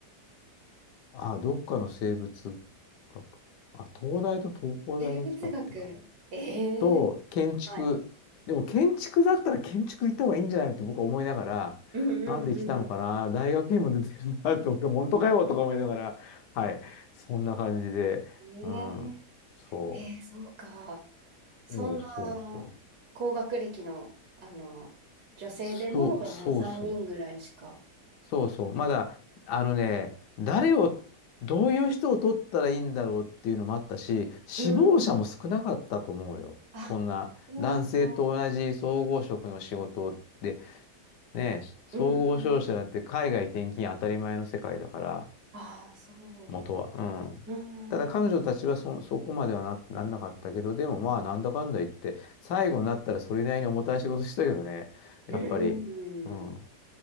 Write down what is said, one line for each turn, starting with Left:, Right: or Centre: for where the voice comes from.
Left: あ、どっかの生物学。あ、東大と東工大が来たっけな。
Right: 生物学。ええ
Left: と、建築。
Right: はい。
Left: でも建築だったら建築行った方がいいんじゃないのって僕は思いながら、
Right: うんうん
Left: なんで来たのかな、大学院も出てるなって、俺本当かよとか思いながら、はい、そんな感じで、
Right: うん。
Left: うん、
Right: え
Left: そ
Right: ええー、そうか。そんな高学歴の、
Left: う、おうそうそう。
Right: あの女性でも、
Left: そうそうそうそう。
Right: まあ、3人ぐらいしか。
Left: そうそう。まだ、あのね、誰を、どういう人を取ったらいいんだろうっていうのもあったし、死亡者も少なかったと思うよ。
Right: うん。あ、
Left: そんな、
Right: そうか。
Left: 男性と同じ総合職の仕事でねえ、総合商社なんて海外転勤当たり前の世界だから、
Right: うんうん。ああ、そ
Left: 元は。うん。
Right: う。うん。
Left: ただ彼女たちはそ、
Right: うん
Left: そこまではな、なんなかったけど、でもまあなんだかんだ言って、最後になったらそれなりに重たい仕事してたけどね、やっぱり。
Right: うんうん。
Left: うん。